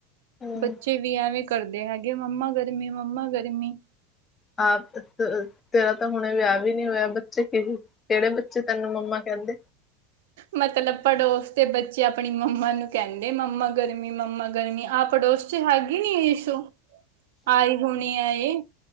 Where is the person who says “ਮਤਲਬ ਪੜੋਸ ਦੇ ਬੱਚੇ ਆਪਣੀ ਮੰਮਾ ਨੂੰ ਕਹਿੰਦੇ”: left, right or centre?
Right